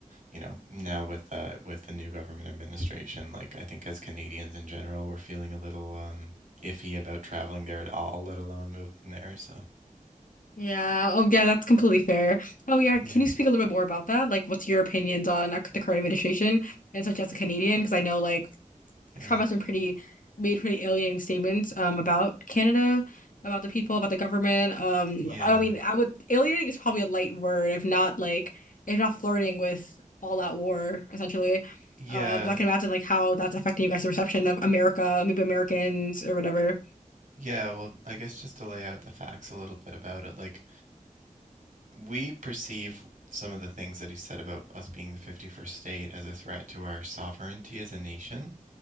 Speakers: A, on the right; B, on the left.
A: you know, now with uh with the new government administration, like I think as Canadians in general, we're feeling a little um iffy about traveling there at all, let alone moving there. So
B: Yeah. Oh yeah, that's completely fair. Oh yeah, can
A: yeah,
B: you speak a little bit more about that? Like what's your opinions on our, the current administration and such as a Canadian? Because I know like
A: yeah,
B: Trump has been pretty made pretty alienating statements um about Canada, about the people, about the government. Um,
A: yeah.
B: I mean, I would alienating is probably a light word, if not like if not flirting with all out war, essentially.
A: Yeah,
B: Um, so I can imagine like how that's affecting you guys' perception of America, maybe Americans or whatever.
A: yeah, well, I guess just to lay out the facts a little bit about it, like we perceive some of the things that he said about us being the 51st state as a threat to our sovereignty as a nation,